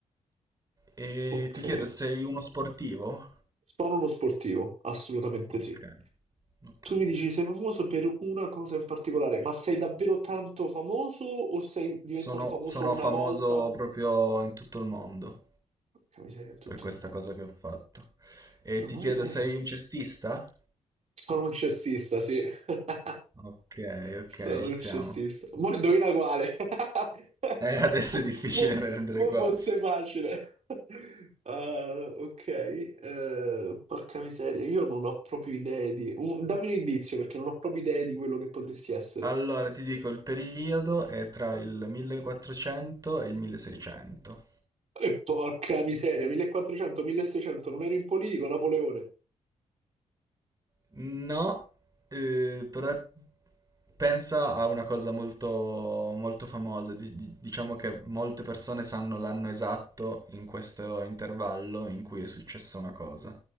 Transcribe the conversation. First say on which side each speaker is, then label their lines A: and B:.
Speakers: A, on the right; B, on the right.
A: E
B: Ok.
A: ti chiedo, sei uno sportivo?
B: Sono uno sportivo, assolutamente
A: Ok,
B: sì.
A: ok.
B: Tu mi dici sei famoso per una cosa in particolare, ma sei davvero tanto famoso o sei diventato
A: Sono,
B: famoso
A: sono
B: una
A: famoso
B: volta?
A: proprio in tutto il mondo.
B: Porca miseria, in tutto
A: per questa
B: il mondo.
A: cosa che ho fatto. E
B: Non
A: ti
B: ho
A: chiedo,
B: idea.
A: sei un cestista?
B: Sono un cestista, sì. <laughs>
A: Ok, ok,
B: Sono
A: ci
B: un
A: siamo.
B: cestista.
A: <laughs>
B: Ma indovina quale? <laughs>
A: Eh, adesso
B: Mo-
A: è difficile
B: mo-
A: prendere
B: mo
A: qua.
B: forse è facile. <laughs> Ah, ok, eh, porca miseria, io non ho proprio idee di... un- dammi un indizio perché non ho proprio idee di quello che potresti essere.
A: Allora, ti dico, il periodo è tra il 1400 e il 1600.
B: E porca miseria, 1400-1600, non ero in politico, Napoleone.
A: No, eh, però pensa a una cosa molto, molto famosa. di- di- diciamo che molte persone sanno l'anno esatto in questo intervallo in cui è successa una cosa.